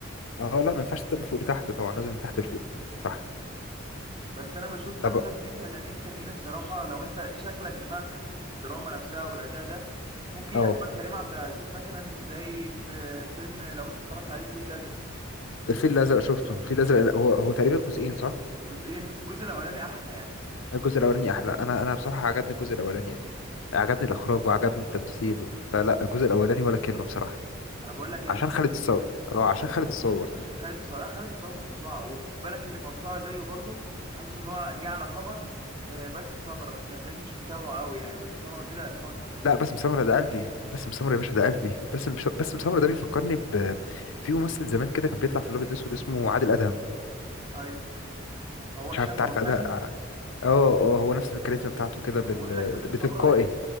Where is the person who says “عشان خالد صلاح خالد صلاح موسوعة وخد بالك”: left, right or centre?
Right